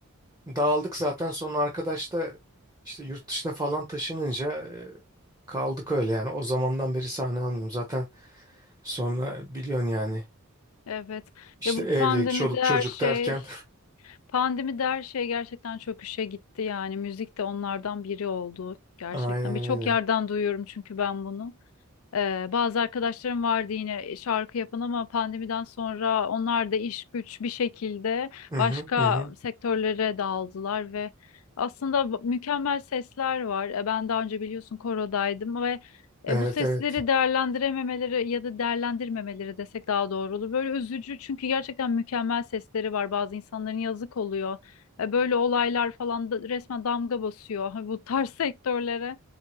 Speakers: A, on the right; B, on the left.
A: dağıldık zaten. Sonra arkadaş da işte yurt dışına falan taşınınca e, kaldık öyle yani. O zamandan beri sahne almıyorum. Zaten sonra biliyorsun yani
B: Evet.
A: işte
B: Ya bu
A: evlilik,
B: pandemide
A: çoluk
B: her
A: çocuk
B: şey
A: derken
B: Pandemi de her şey gerçekten çöküşe gitti yani müzik de onlardan biri oldu gerçekten.
A: <laughs> aynen
B: Birçok
A: öyle.
B: yerden duyuyorum çünkü ben bunu. Ee, bazı arkadaşlarım vardı yine şarkı yapan ama pandemiden sonra onlar da iş güç bir şekilde
A: Hı
B: başka
A: hı hı. hı.
B: sektörlere dağıldılar ve aslında b- mükemmel sesler var. E, Ben daha önce biliyorsun korodaydım ve e,
A: Evet
B: bu sesleri
A: evet
B: değerlendirememeleri ya da değerlendirmemeleri desek daha doğru olur. Böyle üzücü çünkü gerçekten mükemmel sesleri var. Bazı insanların yazık oluyor. E, Böyle olaylar falan da resmen damga basıyor <laughs> bu tarz sektörlere.